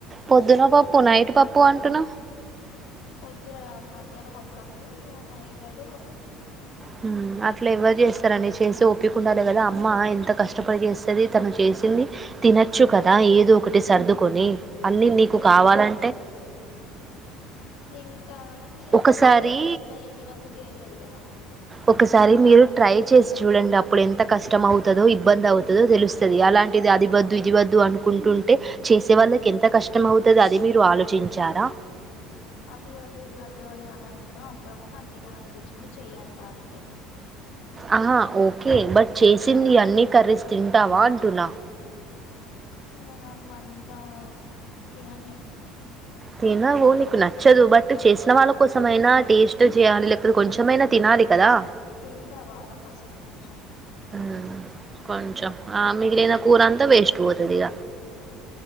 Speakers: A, on the right; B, on the left.
A: పొద్దున పప్పు నైట్ పప్పు అంటున్నా
B: పొద్దున గాదు మధ్యాహ్నం అప్పుడప్పుడు ఇగ నైట్ అయితే పప్పు
A: హ్మ్ అట్ల ఎవరు చేస్తరండి చేసే ఓపికుండాలే గదా అమ్మ ఎంత కష్టపడి చేస్తది తను చేసింది తినొచ్చు కదా ఏదో ఒకటి సర్దుకొని అన్ని నీకు కావాలంటే
B: తింటగని అప్పుడప్పుడు
A: ఒకసారి
B: ఇగ నచ్చినయి తినబుద్ధి అయితది గదా
A: ఒకసారి మీరు ట్రై చేసి చూడండి అప్పుడు ఎంత కష్టం అవుతదో ఇబ్బంది అవుతుదో తెలుస్తు తది అలాంటిది అది వద్దు ఇది వద్దు అనుకుంటుంటే చేసే వాళ్ళకి ఎంత కష్టమవుతది అది మీరు ఆలోచించారా
B: అది వద్దు ఇది వద్దు అని అనను నేను అప్పుడప్పుడు నాకు తినాలనిపించింది చెయ్యంట అంతే
A: ఆహా ఓకే బట్ చేసింది అన్నీ కర్రీస్ తింటావా అంటున్నా
B: ఇగ నాకు అంత తినన్ నేను
A: తినవు నీకు నచ్చదు బట్ చేసిన వాళ్ళ కోసమైనా టేస్ట్ చేయాలి లేకపోతే కొంచెమైనా తినాలి కదా
B: తింటా వాళ్ళ కోసం కొంచెం
A: హ్మ్ కొంచెం ఆ మిగిలిన కూర అంతా వేస్ట్ పోతది ఇగ